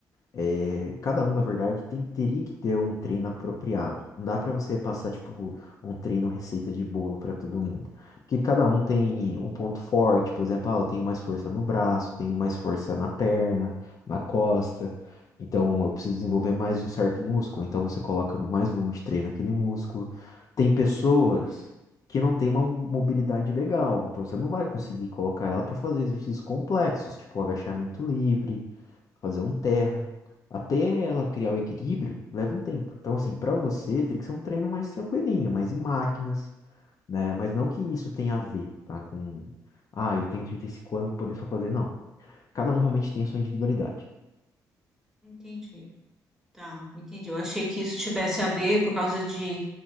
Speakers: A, on the left; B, in the centre.
A: É, cada um, na verdade, tem- teria que ter um treino apropriado. Não dá pra você passar, tipo, um treino receita de bolo pra todo mundo. Porque cada um tem um ponto forte, por exemplo, ah, eu tenho mais força no braço, tenho mais força na perna, na costa. Então, eu preciso desenvolver mais um certo músculo. Então, você coloca mais volume de treino naquele músculo. Tem pessoas
B: Entendi.
A: que não têm uma mobilidade legal. Então, você não vai conseguir colocar ela pra fazer exercícios complexos, tipo agachamento livre fazer um terra. Até ela criar o equilíbrio, leva um tempo. Então, assim, para você, teria que ser um treino mais tranquilinho, mais em máquinas, né? Mas não que isso tenha a ver, tá? Com, ah, eu tenho 35 anos, vou poder só fazer. Não. Cada um realmente tem a sua individualidade.
B: Entendi. Tá, entendi. Eu achei que isso tivesse a ver por causa de